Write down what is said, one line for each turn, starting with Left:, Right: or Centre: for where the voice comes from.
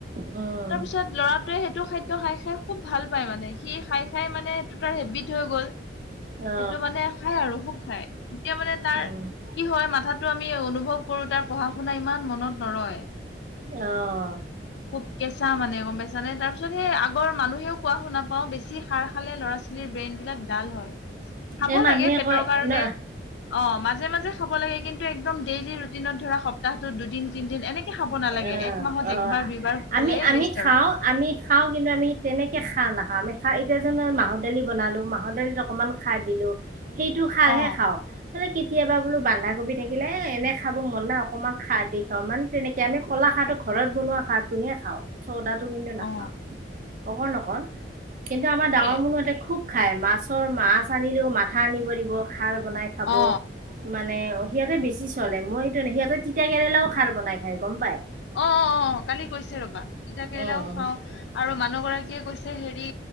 Right: উম
Left: তাৰপিছত লৰাটোৱে সেইটো খাদ্য খাই খাই খুব ভাল পায় মানে। সি খাই খাই মানে সেইটো তাৰ হেবিট হৈ গ'ল। সেইটো
Right: অ
Left: মানে খাই আৰু খুব খাই এতিয়া মানে তাৰ।
Right: উম
Left: কি হয় মাথাতো আমি অনুভৱ কৰো তাৰ পঢ়া শুনা ইমান মনত নৰয়।
Right: আহ
Left: খুব কেঁচা মানে গম পাইছা নে তাৰ পিছত সেই আগৰ মানুহেও কোৱা শুনা। অহ বেছি খাৰ খালে ল'ৰা ছোৱালীৰ ব্ৰেইন বিলাক ডাল হয়। খাব
Right: এই মানুহে
Left: লাগে পেটৰ
Right: কয়
Left: কাৰণে
Right: ন
Left: অ মাজে মাজে খাব লাগে কিন্তু এক। একদম ডেইলি ৰুটিনত ধৰা সপ্তাহটোত দুদিন তিদিন এনেকে খাব নালাগে
Right: অ
Left: এক মাহত।
Right: অ
Left: একবাৰ দুইবাৰ খালে
Right: আমি আমি
Left: বেষ্ট
Right: খাও
Left: আৰু
Right: আমি খাওঁ কিন্তু আমি তেনেকে খাৰ নাখাওঁ? আমি খা এতিয়া জানো মাহৰ দালি বনালো মাহৰ দালিত অকনমান খাৰ দিলো। সেইটো খালহে
Left: অ
Right: খাওঁ। মানে কেতিয়াবা বোলো বন্ধাকবি থাকিলে এ এনে খাব মন নাই অকণমান খাৰ দিশ। ধ মানে তেনেকে আমি কলা খাৰটো ঘৰত বনোৱা খাৰটোহে খাওঁ চৌদাটো কিন্তু নাখাওঁ?
Left: অ
Right: অকণ অকণ কিন্তু আমাৰ
Left: তাকে
Right: ডাঙৰ মানুহঁতে খুব খাই মাছৰ মাছ আনিলেও মাথা আন। কৰিব খাৰ বনাই খাব
Left: অ
Right: মানে। অ সিহঁতে বেছি চলে মই এইটো নাই সিহঁতে তিতা কেৰেলাও খাৰ বনাই খাই গম পায়।
Left: অ অ কালি কৈছে ৰবা তিতা কেৰেলাও
Right: উম
Left: খাও আৰু মানুহ। গৰাকীয়ে কৈছে হেৰি